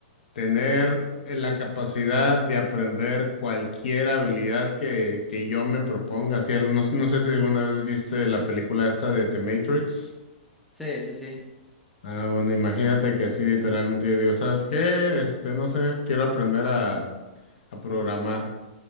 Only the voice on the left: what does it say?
tener eh, la capacidad de aprender cualquier habilidad que, que yo me proponga. Sí, no, no sé si alguna vez viste la película esta de The Matrix.
Ah, bueno, imagínate que así literalmente yo digo, ¿sabes qué? Este, no sé, quiero aprender a, a programar.